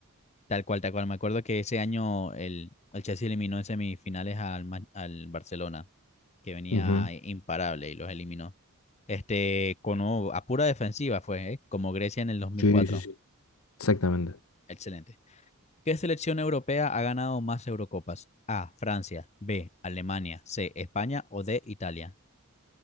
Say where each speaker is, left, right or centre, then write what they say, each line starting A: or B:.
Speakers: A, on the left; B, on the left.
A: Tal cual, tal cual. Me acuerdo que ese año el, el Chelsea eliminó en semifinales al, Ma- al Barcelona, que venía
B: Ujú,
A: imparable y los eliminó. Este, con o- a pura defensiva fue, ¿eh? Como Grecia en el 2004.
B: Sí, sí, sí. Exactamente.
A: Excelente. ¿Qué selección europea ha ganado más Eurocopas? A, Francia, B, Alemania, C, España o D, Italia.